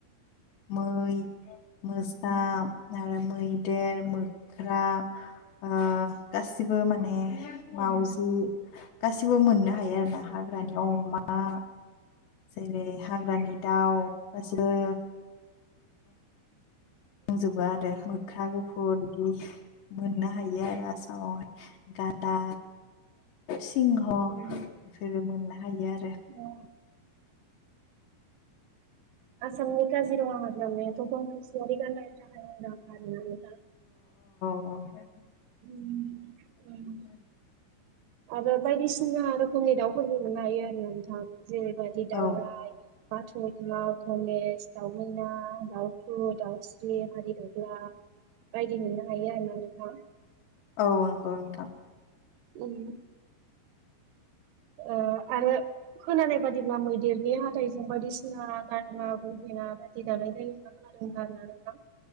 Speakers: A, on the left; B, on the right.
A: मै मोसा आरो मैदेर मो ख्रा ओ गासिबो माने माउजि गासिबो मोननो हायो आरो ना हाग्रानि अमा जेरै हाग्रानि दाउ गासिबो दंजोबा आरो मोख्रा गुफुर बिदि मोननो हायो आरो आ सामावहाय गानदा सिंह
B: उम
A: बेफोरो मोननो हायो आरो
B: उ आसामनि काजिरङा हाग्रामाया थ' गं थसेयारि गान्दानि थाखाय मुंदांखा नङा होमबा
A: अ
B: नोंथां।
A: <inaudible>
B: आरो बायदिसिना रोखोमनि दाउफोरबो मोननो हायो आरोना नोंथां जेरैबादि दाउराइ
A: औ
B: बाथ' थमेस दाउमैना दाउथु दाउस्रि हादि दगला बायदि मोननो हायो आरोना नोंथां
A: औ नंगौ नोंथां
B: उम ओ आरो खोनानाय बादिब्ला मैदेरनि हाथाइजों बायदिसिना गानग्रा गहेना बायदि दानाय जायो होनना खोना दों आरो ना नोंथां